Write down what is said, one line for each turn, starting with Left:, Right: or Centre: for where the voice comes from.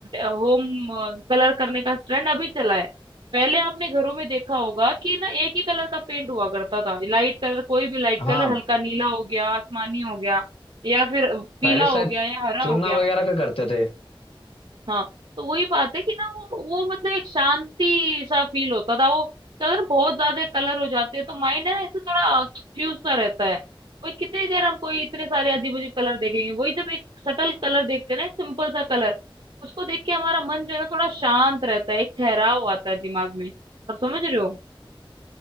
Right: होम कलर करने का ट्रेंड अभी चला है पहले आपने घरों में देखा होगा कि ना एक ही कलर का पेंट हुआ करता था लाइट कलर कोई भी लाइट
Left: हाँ
Right: कलर हल्का नीला हो गया आसमानी हो गया या फिर पीला
Left: पहले
Right: हो
Left: शायद
Right: गया या हरा
Left: चुनना
Right: हो गया
Left: वगैरह का करते थे
Right: हाँ तो वही बात है कि ना वो वो मतलब एक शांति सा फील होता था वो क्या होता है ना बहुत ज्यादा कलर हो जाते हैं तो माइंड है ना इससे थोड़ा कंफ्यूज सा रहता है वही कितनी देर हम कोई इतने सारे अजीब अजीब कलर देखेंगे वही जब एक सटल कलर देखते हैं ना सिंपल सा कलर उसको देख के हमारा मन जो है ना थोड़ा शांत रहता है एक ठहराव आता है दिमाग में आप समझ रहे हो